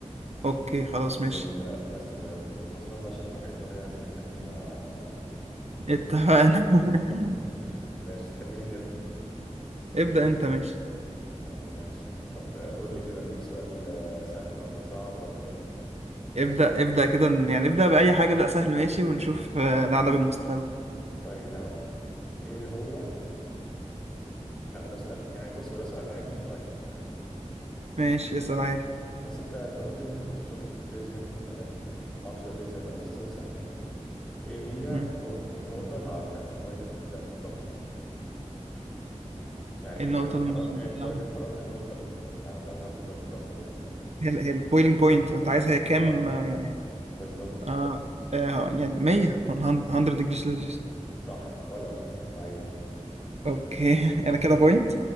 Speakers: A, on the right; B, in the centre.
A: اوكي خلاص
B: وال...
A: ماشي
B: بس كده والخسران بقى شكله هيضطر يعزم التاني على القهوة النهاردة
A: اتفقنا
B: <laughs>
A: <laughs>
B: ماشي تحب مين يبدأ
A: ابدأ انت ماشي
B: يا عم ماشي طب آه، قول لي كده اديك سؤال آه، سهل ولا صعب ولا ايه
A: ابدأ ابدأ كده يعني ابدأ بأي حاجة ابدأ سهل ماشي ونشوف آه، نعلى بالمستوى
B: طيب يا عم ايه هو لا ده سؤال يعني بص هو ده سؤال علمي شويه يعني
A: ماشي اسأل عادي
B: بس انت انت قلت ان انت كنت شاطر في الفيزياء فانا ما اعرفش ده فيزياء ولا لا بس هو سهل يعني ايه هي
A: مم.
B: نقط النقطه اللي عندها الميه بتبدا تتبخر يعني
A: ايه
B: إيه
A: النقطة
B: درجه
A: المهمة
B: حراره ايه درجه حراره النقطه اللي عندها الميه بتبدا تتبخر يعني
A: هي ال- هي البويلينج بوينت انت عايزها هي كام
B: اه
A: آه، يعني
B: بالظبط كده
A: اه, آه يعني 100 100 ديجري سيلسيوس
B: صح ولد لعيب
A: اوكي <laughs> انا كده بوينت